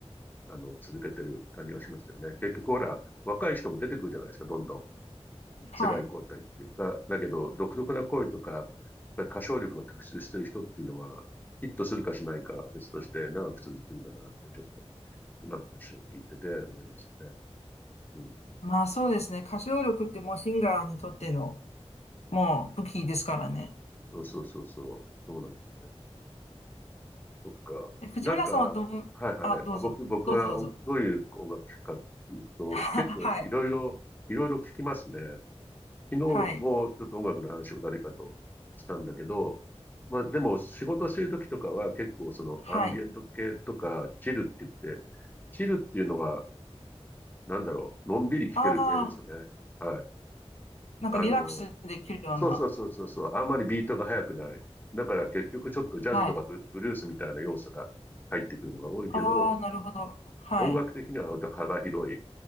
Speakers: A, on the left (about 15°); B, on the left (about 75°).
A: あの、続けてる感じがしますよね。結局ほら、若い人も出てくるじゃないですか、どんどん。
B: はい。
A: 世代交代っていうか。だけど、独特な声とか、やっぱり歌唱力が特出してる人っていうのは、ヒットするかしないかは別として長く続くんだなって、ちょっと今の話を聞いてて思いましたね。うん。
B: まあそうですね。歌唱力ってもうシンガーにとっての、もう武器ですからね。
A: そうそうそうそう。そうなんですね。そっか。
B: え藤村さんはどん、
A: なんか、はいはい。
B: あ、どうぞ。
A: あ、僕、僕がおどういう音楽聴くかっていうと、
B: どうぞどうぞ。<laughs>
A: 結構いろいろ、
B: はい。
A: いろいろ聴きますね。昨日もちょっと音楽の話を誰かとしたんだけど、
B: はい。
A: まあでも仕事してる時とかは結構そのアンビエント系とかチルって言って、
B: はい。
A: チルっていうのはなんだろう、のんびり聴ける系ですね。
B: ああ、
A: はい。
B: なんかリラックスできるような。
A: あの、そうそうそうそうそう、あんまりビートが速くない。だから結局ちょっとジャズとかブブルースみたいな要素が入ってくるのが多いけど、
B: はい。ああ、なるほど。はい。
A: 音楽的には割と幅広い